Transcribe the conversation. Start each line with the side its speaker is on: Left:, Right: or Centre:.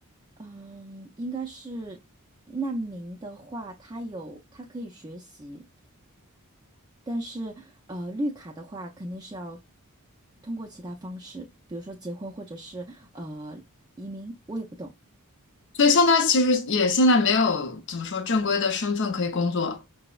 Right: 嗯，应该是难民的话，他有他可以学习，但是呃，绿卡的话肯定是要通过其他方式，比如说结婚或者是呃移民，我也不懂。
Left: 所以像他其实也现在没有怎么说正规的身份可以工作，